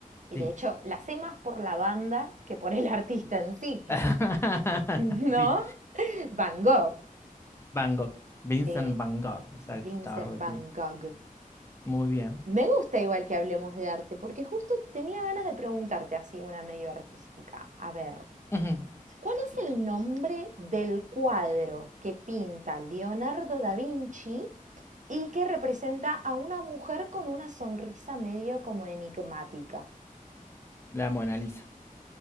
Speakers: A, on the right (about 55°); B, on the left (about 15°).
A: Y
B: Sí.
A: de hecho, la sé más por la banda que por el <laughs> artista en sí. <laughs>
B: <laughs>
A: ¿No?
B: Sí.
A: Van Gogh.
B: Van Gogh, Vincent
A: Sí,
B: Van Gogh, exacto,
A: Vincent
B: estaba loquito.
A: Van Gogh.
B: Muy bien.
A: Me gusta igual que hablemos de arte, porque justo tenía ganas de preguntarte así una medio artística. A ver,
B: Ujú,
A: ¿Cuál es el nombre del cuadro que pinta Leonardo da Vinci y que representa a una mujer con una sonrisa medio como enigmática?
B: La Mona Lisa.